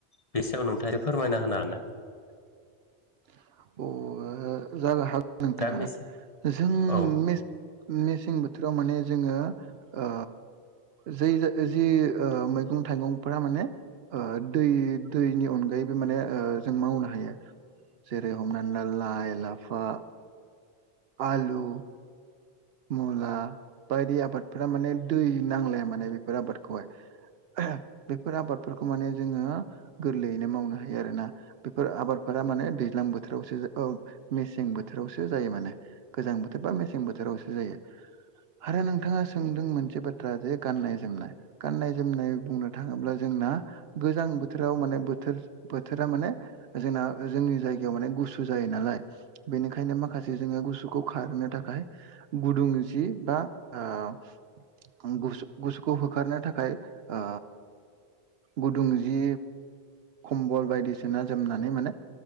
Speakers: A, on the left; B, on the right.
A: बे सायाव नोंथाङा फोरमायना होनो <unintelligible>
B: अ ओ जानो हा नोंथाङा
A: दा मेसें
B: जों
A: औ
B: मे मेसें बोथोराव माने जोङो ओ जै ज जि ओ मैगं-थाइगंफोरा माने ओ दै दैनि अनगायैबो माने जों मावनो हायो जेरै हमनानै‌ ला लाइ-लाफा, आलु मुला बायदि आबादफोरा माने दै नांलाया माने बेफोर आबादखौहाय <unintelligible> बेफोर आबादफोरखौ माने जोङो गोरलैयैनो मावनो हायो आरोना बेफोर आबादफो थां माने दैज्लां बोथोरावसो ओ मेसें बोथोरावसो जायो माने गोजां बोथोर बा मेसें बोथोरावसो जायो आरो नोंथाङा सोंदों मोनसे बाथ्रा जे गाननाय-जोमनाय, गाननाय-जोमनाय बुंनो थाङोब्ला जों ना गोजां बोथोराव माने बोथोर बोथोरा माने जोंना जोंनि जायगायाव माने गुसु जायो नालाय बेनिखायनो माखासे जोङो गुसुखौ खारहोनो थाखाय गुदुं जि बा ओ गुसु गुसुखौ होखारनो थाखाय ओ गुदुं जि खम्बल बायदिसिना जोमनानै माने